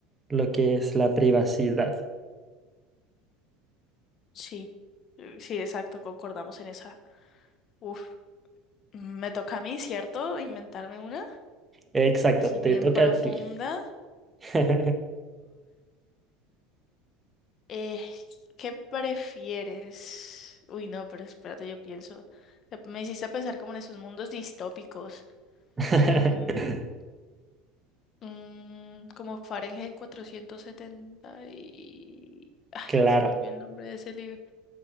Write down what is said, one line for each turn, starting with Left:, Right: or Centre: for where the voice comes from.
Right: lo que es la privacidad.
Left: Sí, eh, sí, exacto, concordamos en esa. Uf, me toca a mí, ¿cierto? Inventarme una
Right: Exacto,
Left: así
Right: te
Left: bien
Right: toca
Left: profunda.
Right: a ti. <laughs>
Left: Eh, ¿qué prefieres? Uy, no, pero espérate, yo pienso. Te- Me hiciste pensar como en esos mundos distópicos.
Right: <laughs>
Left: Mm, mm, como Fahrenheit cuatrocientos setenta y... Ay,
Right: Claro,
Left: se me olvidó el nombre de ese libro.